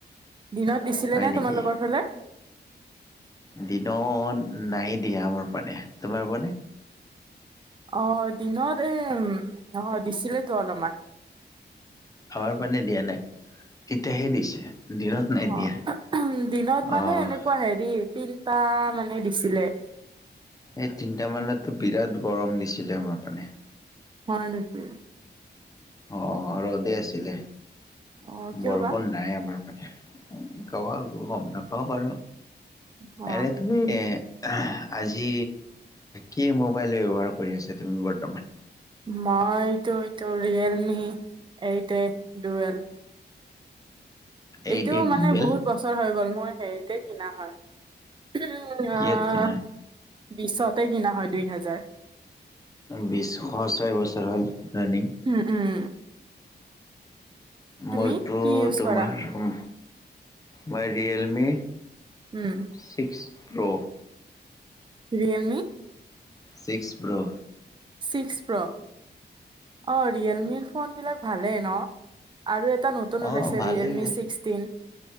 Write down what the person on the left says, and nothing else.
হয়
নেকি?
দিনত নাই দিয়া আমাৰ পিনে তোমাৰ পিনে।
আমাৰ পিনে দিয়া নাই এতিয়াহে দিছে। দিনত নাই
দিয়া
অ'
এই তিনটা মানতো বিৰাট গৰম দিছিলে আমাৰ পিনে।
অ ৰ'দে আছিলে
বৰষুণ
নাই আমাৰ। কব গম নাপাও বাৰু
এনে তুমি এ আজি কি মোবাইল ব্যৱহাৰ কৰি আছা তুমি বৰ্তমান
এইট
এইট
ডুৱেল
কিহত
কিনা
বিশ ছয় বছৰ হৈগল ৰানিং,
মোৰতো
তোমাৰ
উ মই ৰিয়েলমি
six pro,
six pro,
অ',
ভালেই